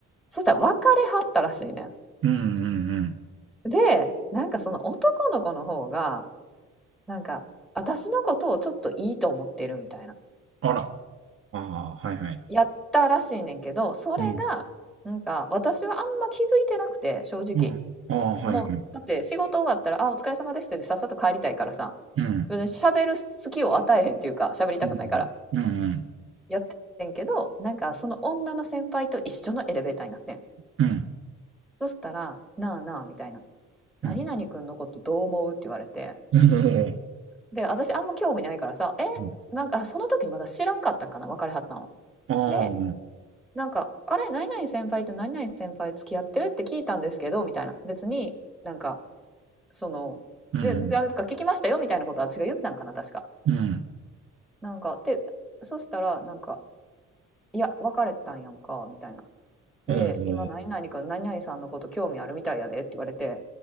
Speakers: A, in the centre; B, on the right (about 45°).
A: そしたら別れはったらしいね
B: うんうんうん。
A: ん。でなんかその男の子の方がなんか私のことをちょっといいと思ってるみたいな
B: あら。ああ、はいはい。
A: やったらしいねんけどそれがなんか私はあんま気づいてなくて正直
B: うん。うん。ああ、はいはい。
A: もう、だって仕事終わったら、あ、お疲れ様ですってさっさと帰りたいからさ、
B: うん。
A: 別に喋る隙を与えへんっていうか、喋りたくないから、
B: うん。うん。
A: やってんけど、なんかその女の先輩と一緒のエレベーターになってん。
B: うん。
A: そしたら、なあなあみたいな、何々くんのことどう思うって言われて、
B: うん。うん。
A: で、私あんま興味ないからさ、え、
B: うん
A: なんかその時まだ知らんかったんかな、別れはったの。
B: ああ、
A: で、
B: うん。
A: なんか、あれ、何々先輩と何々先輩付き合ってるって聞いたんですけど、みたいな。別になんか、そのでなんか聞きましたよみたいなこと私が言ったんかな確か。
B: うん。うん。
A: なんかでそしたらなんか「いや別れたんやんか」みたいな。で「今何々君何々さんのこと興味あるみたいやで」って言われて
B: おー